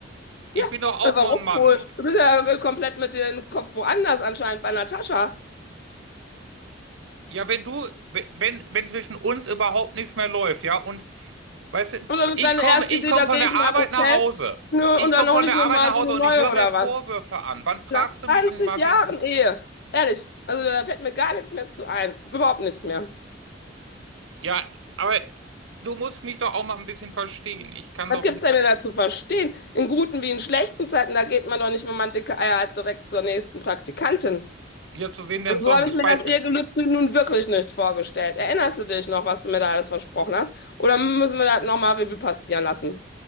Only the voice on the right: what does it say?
Ich
bin doch auch
nur ein Mann.
Ja, wenn du, wenn, wenn zwischen uns überhaupt nichts mehr läuft, ja, und weißt du,
ich
komme,
ich
komme
von
der
Arbeit
nach Hause.
Ich
komme
von der
Arbeit
nach Hause
und
ich höre
mir Vorwürfe
an. Wann fragst
du mich denn mal,
wie es.
Ja, aber du musst mich doch auch mal ein bisschen verstehen. Ich kann
doch
jetzt.
Ja, zu wem denn
sonst?
Bald.